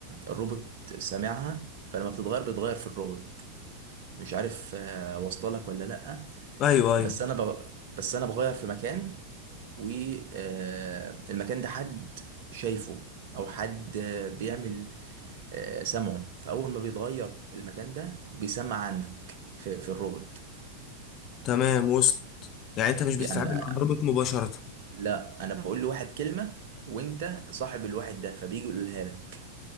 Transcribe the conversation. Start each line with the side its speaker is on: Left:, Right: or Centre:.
Right: الروبوت سامعها فلما بتتغير بتتغير في الروبوت مش عارف آه، واصله لك ولا لا
Left: أيوه أيوه
Right: بس انا بغ... بس انا بغير في مكان والمكان ده حد شايفه او حد آه، بيعمل آه، سمعه فاول ما بيتغير المكان ده بيسمع عندك في في الروبوت
Left: تمام وسط يعني أنت مش بتتعامل
Right: يعني آه،
Left: مع الروبوت مباشرة
Right: لا انا بقول لواحد كلمه وانت صاحب الواحد ده فبيجي يقولها لك